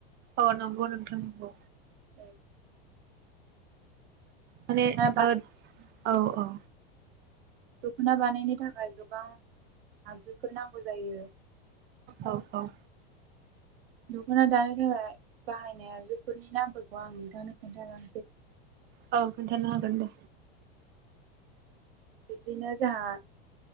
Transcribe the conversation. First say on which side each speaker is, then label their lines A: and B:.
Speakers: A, on the right (about 35°); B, on the right (about 75°).
A: औ नंगौ नोंथां नंगौ।
B: उम।
A: माने
B: बा
A: औ औ।
B: दख'ना बानायनो थाखाय गोबां आयजोफोर ना? बुजायो।
A: औ औ।
B: दख'ना दानो थाखाय बाहायनाय आगजुफोरनि नामफोरखौ आं नोंथांनो खोन्थालां
A: औ खोन्थानो हागोन दे
B: बिब्दिनो जाहा